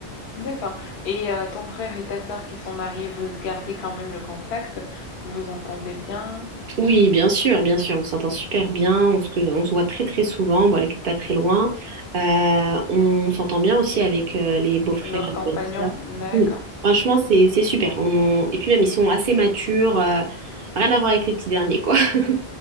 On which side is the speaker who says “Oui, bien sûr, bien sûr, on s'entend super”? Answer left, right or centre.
Right